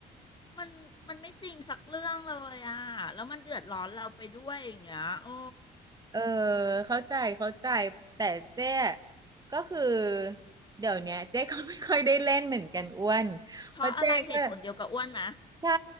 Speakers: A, on the left (about 25°); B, on the right (about 20°).
A: มันมันไม่จริงสักเรื่องเลยอ่ะแล้วมันเดือดร้อนเราไปด้วยอย่างเงี้ยโอ้
B: เออเข้าใจเข้าใจแต่เจ๊ก็คือเดี๋ยวเนี้ยเจ๊ <laughs> ก็ไม่ค่อยได้เล่นเหมือนกันอ้วนเพราะเจ๊ก็
A: เพราะอะไรเหตุผลเดียวกับอ้วนไหม
B: ใช่